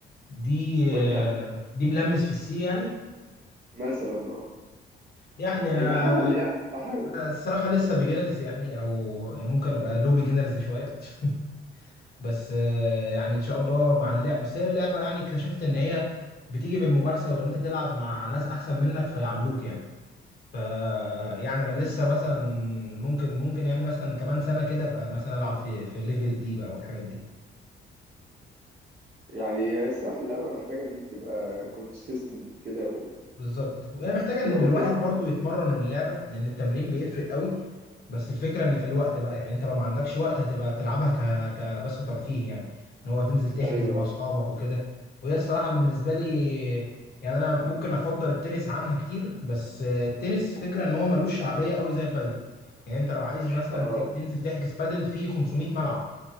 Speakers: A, on the left; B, on the right.
A: دي
B: وانت
A: آه، دي ملمس في السي يعني
B: مثلا اه
A: يعني انا
B: يعني بحاول يعني بحاول
A: لا الصراحة لسه بيجنرز يعني او ممكن ابقى لو بيجنرز شوية <laughs> بس آه، يعني ان شاء الله مع اللعب بس هي اللعبة يعني اكتشفت ان هي بتيجي بالممارسة وان انت تلعب مع ناس احسن منك فيعلوك يعني ف
B: مم.
A: يعني انا لسه مثلا ممكن ممكن يعني مثلا كمان سنة كده ابقى مثلا العب في في ليفل الدي بقى والحاجات دي
B: يعني هي الصراحه اللعبه محتاجه ان انت تبقى كونسيستنت كده وت...
A: بالظبط وهي محتاجة ان
B: اللي هو
A: الواحد
B: تلعب كتير
A: برضو يتمرن اللعبة لان التمرين بيفرق قوي بس الفكرة ان في الوقت بقى يعني انت لو ما عندكش وقت هتبقى بتلعبها ك... كبس ترفيه يعني ان هو هتنزل تحجز
B: ايوه
A: مع
B: أيوه.
A: اصحابك وكده وهي الصراحة بالنسبة لي يعني انا ممكن افضل التنس عنها كتير بس التنس فكرة ان هو ملوش شعبية قوي زي البادل يعني انت لو عايز مثلا
B: اه
A: ت... تنزل تحجز بادل في 500 ملعب